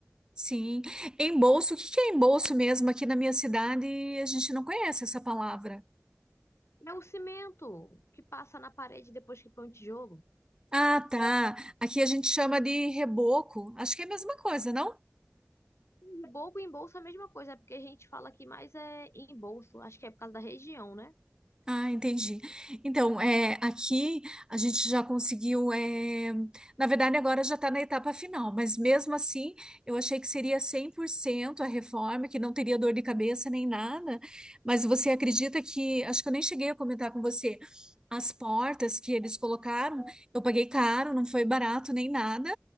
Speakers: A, on the right (about 20°); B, on the left (about 85°).
A: Sim, embolso, o que que é embolso mesmo? Aqui na minha cidade a gente não conhece essa palavra.
B: É o cimento que passa na parede depois que põe o tijolo.
A: Ah, tá. Aqui a gente chama de reboco. Acho que é a mesma coisa, não?
B: E Bobo em bolsa é a mesma coisa, é porque a gente fala que mais é em bolso, acho que é por causa da região, né?
A: Ah, entendi. Então, é, aqui a gente já conseguiu. é, na verdade, agora já está na etapa final, mas mesmo assim, eu achei que seria 100% a reforma, que não teria dor de cabeça nem nada. Mas você acredita que. Acho que eu nem cheguei a comentar com você. As portas que eles colocaram, eu paguei caro, não foi barato nem nada,